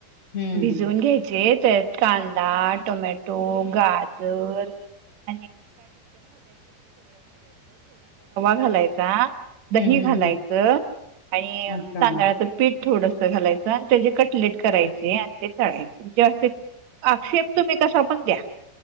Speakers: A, on the left; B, on the right.
A: हम्म
B: भिजवून घ्यायचे. कांदा टोमॅटो गाजर, <inaudible> घालाय
A: हम्म
B: दही
A: हम्म
B: घालायच आणि
A: अच्छा
B: तांदळाचं पीठ थोड. घालायच आणि त्याचे कटलेट करायचे आणि ते तढयचे म्हणजे असे, आक्षेप तुम्ही कसा पण द्या.